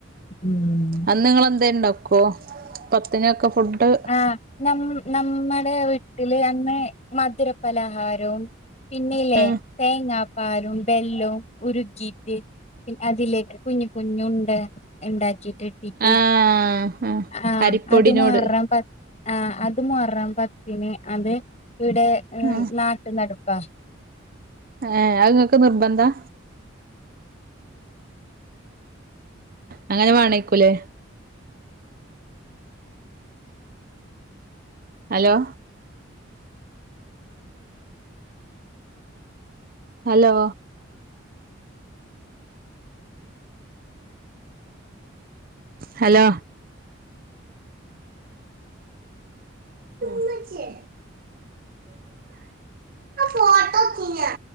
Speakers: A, on the left; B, on the right.
A: ഉം
B: അന്ന് ഇങ്ങളെന്തേ ഇണ്ടാക്കോ പത്തിനൊക്കെ ഫുഡ്
A: ആ നമ്മ നമ്മടെ വീട്ടില് അന്ന് മധുര പലഹാരവും പിന്നല്ലേ
B: ആ
A: തേങ്ങാപ്പാലും ബെല്ലും ഉരുകീയിട്ട് പിന്നെ അതിലേക്ക് കുഞ്ഞ് കുഞ്ഞു ഉണ്ട ഇണ്ടാക്കിട്ട് ട്ട്
B: ആ ആ
A: ആഹ്
B: അരിപ്പൊടിനോട്
A: അത് മുഹറം പ ആ അത് മുഹറം പത്തിന് അത് ഇവിടെ
B: ആ
A: നാട്ട് നടപ്പ് പ്പാ
B: ഏ അഹ് ഇങ്ങക്ക് നിർബന്ധാ അങ്ങനെ വാണയ്ക്കൂലേ ഹലോ ഹലോ ഹലോ ഇമ്മച്ച്യ ആ ഫോട്ടോ തിന്നാ